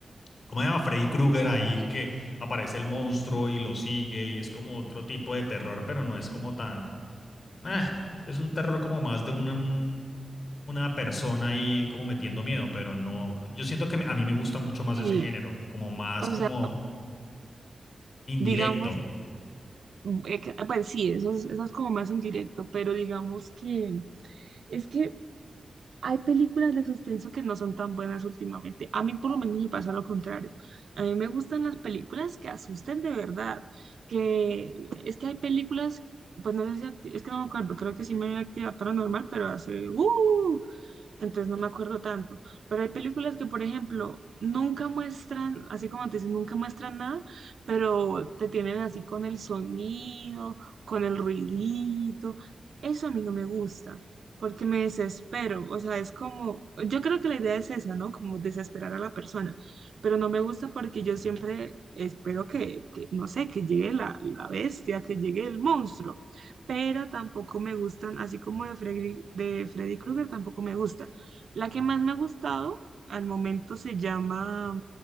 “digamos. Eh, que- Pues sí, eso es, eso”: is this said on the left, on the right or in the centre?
Right